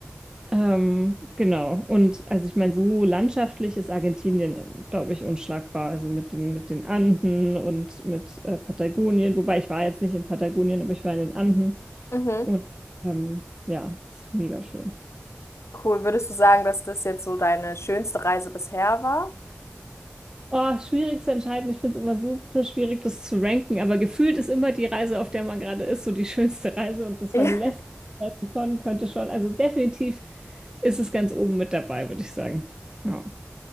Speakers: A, on the right; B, on the left.
A: Ähm, genau. Und also ich meine, so landschaftlich ist Argentinien, glaube ich, unschlagbar. Also mit den, mit den Anden und mit äh, Patagonien. Wobei ich war jetzt nicht in Patagonien, aber ich war in den Anden.
B: Mhm.
A: Und ähm, ja, ist mega schön.
B: Cool. Würdest du sagen, dass das jetzt so deine schönste Reise bisher war?
A: Oh, schwierig zu entscheiden. Ich finde es immer super schwierig, das zu ranken. Aber gefühlt ist immer die Reise, auf der man gerade ist, so die schönste Reise. Und das
B: <laughs>
A: war die letzte
B: Ja.
A: Reise schon, könnte schon. Also definitiv ist es ganz oben mit dabei, würde ich sagen. Ja.